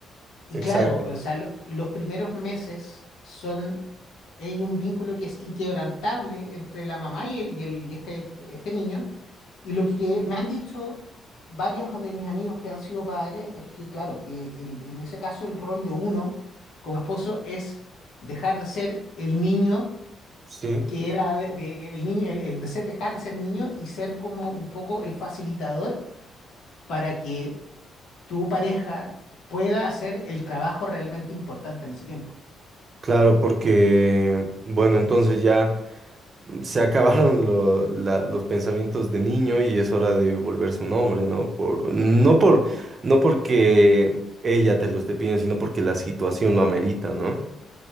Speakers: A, on the left; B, on the right.
A: Y
B: Exacto,
A: claro, o sea, lo- los primeros meses son, hay un vínculo que es inquebrantable entre la mamá y, el, y, el- y este, este niño. Y lo que me han dicho varios de mis amigos que han sido padres es que, claro, que el- en ese caso el rol de uno como esposo es dejar de ser el niño
B: sí,
A: que era de, de- el niño, el- de ser, dejar de ser niño y ser como un poco el facilitador para que tu pareja pueda hacer el trabajo realmente importante en ese tiempo.
B: claro, porque, bueno, entonces ya se <laughs> acabaron lo- la- los pensamientos de niño y es hora de volverse un hombre, ¿no? Por, no por, no porque ella te lo esté pidiendo, sino porque la situación lo amerita, ¿no?